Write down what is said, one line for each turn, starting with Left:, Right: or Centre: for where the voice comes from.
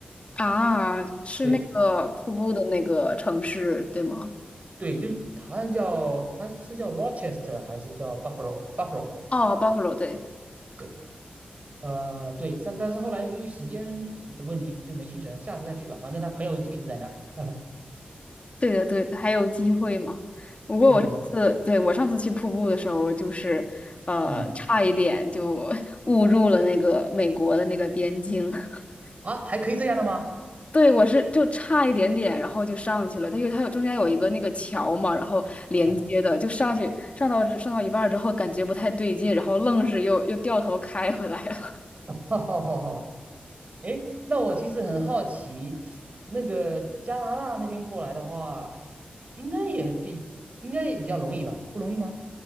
Left: 啊，是那个瀑布的那个城市，
Right: 对，
Left: 对吗？
Right: 对，就是好像叫他是叫 Rochester 还是叫 Buffalo Buffalo 吧？
Left: 哦，Buffalo，对，
Right: 对，呃，对，但但是后来由于时间的问题就没去成，下次再去吧。反正他朋友一直在那儿。<laughs>
Left: 对的，对的，还有机会吗？
Right: 对对对，
Left: 是，对，我上次去瀑布的时候，就是呃，
Right: 嗯，
Left: 差一点就 <laughs> 误入了那个美国的那个边境。<laughs>
Right: 啊，还可以这样的吗？
Left: 对，我是就差一点点，然后就上去了。它有它有中间有一个那个桥嘛，然后连接的，
Right: 哎。
Left: 就上去上到上到一半儿之后，感觉不太对劲，然后愣是又又掉头开回来了。
Right: <laughs> 好好好好，哎，那我其实很好奇，那个加拿大那边过来的话，应该也比应该也比较容易吧？不容易吗？